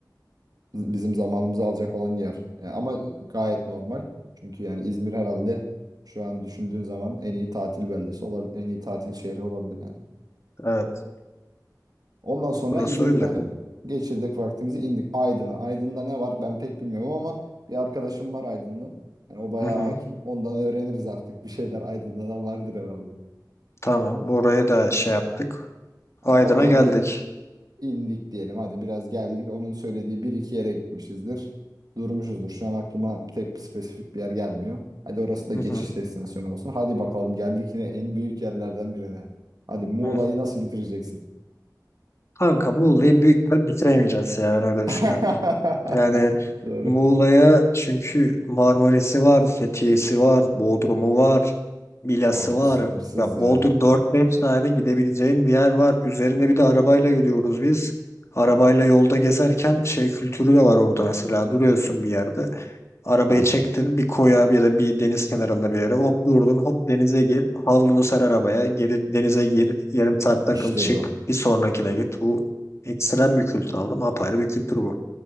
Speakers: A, on the right; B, on the left.
A: bizim zamanımızı alacak olan yer. Yani ama gayet normal. Çünkü yani İzmir herhalde şu an düşündüğün zaman en iyi tatil beldesi olabilir, en iyi tatil şehri olabilir yani.
B: Evet.
A: Ondan sonra
B: Burası
A: İzmir'de
B: öyle.
A: geçirdik vaktimizi indik Aydın'a. Aydın'da ne var ben pek bilmiyorum ama bir arkadaşım var Aydınlı. Yani o bayağı
B: Hı hı.
A: hakim. Ondan öğreniriz artık bir şeyler Aydın'da da vardır herhalde.
B: Tamam. Orayı da şey yaptık. Aydın'a
A: Yani oradan
B: geldik.
A: da indik diyelim. Hadi biraz geldik. Onun söylediği bir iki yere gitmişizdir. Durmuşuzdur. Şu an aklıma tek bir spesifik bir yer gelmiyor. Hadi orası
B: Hı
A: da geçiş
B: hı.
A: destinasyonu olsun. Hadi bakalım geldik yine en büyük yerlerden birine. Hadi Muğla'yı
B: Hı.
A: nasıl bitireceksin?
B: Kanka Muğla'yı büyük ihtimal bitiremeyeceğiz ya ben öyle düşünüyorum.
A: <laughs>
B: Yani
A: Doğru.
B: Muğla'ya çünkü Marmaris'i var, Fethiye'si var, Bodrum'u var, Milas'ı
A: Abi
B: var.
A: sınırsız
B: Ya Bodrum
A: ya.
B: dört beş tane gidebileceğin bir yer var. Üzerinde bir de arabayla gidiyoruz biz. Arabayla yolda gezerken şey kültürü de var orada mesela. Duruyorsun bir yerde. Arabayı
A: Ha,
B: çektin bir koya ya da bir deniz kenarında bir yere. Hop durdun hop denize gir. Havlunu ser arabaya. Geri denize gir. Yarım saat takıl
A: işte
B: çık.
A: bu.
B: Bir sonrakine git. Bu ekstrem bir kültür aldım. Apayrı bir kültür bu.